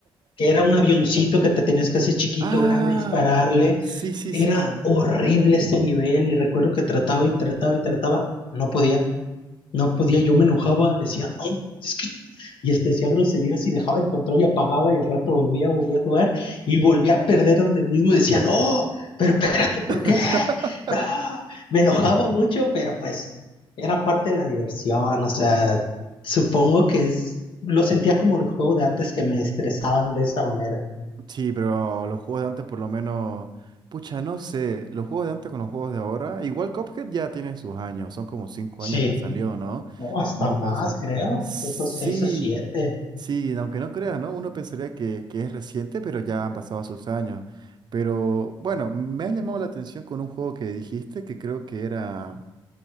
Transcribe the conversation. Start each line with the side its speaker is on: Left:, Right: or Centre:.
Left: que era un avioncito que te tenías que hacer chiquito,
Right: Ah,
Left: grande, dispararle.
Right: sí, sí,
Left: Era
Right: sí.
Left: horrible este nivel y recuerdo que trataba y trataba y trataba, no podía, no podía, yo me enojaba, decía, no, es que... Y este decía groserías y dejaba el control y apagaba y al rato volvía, volvía a jugar y volvía a perder de mismo y decía, no, pero espérate, ¿por
Right: <laughs>
Left: qué? No, me enojaba mucho, pero pues era parte de la diversión, o sea, supongo que es, lo sentía como un juego de antes que me estresaban de esa manera.
Right: Sí, pero los juegos de antes por lo menos, pucha, no sé, los juegos de antes con los juegos de ahora, igual Cuphead ya tiene sus años, son como cinco
Left: Sí,
Right: años que salió, ¿no?
Left: no, hasta
Right: Uno
Left: más,
Right: piensa,
Left: creo.
Right: sí,
Left: Creo que seis o siete.
Right: sí, aunque no creas, ¿no? Uno pensaría que, que es reciente, pero ya han pasado sus años. Pero bueno, me ha llamado la atención con un juego que dijiste que creo que era,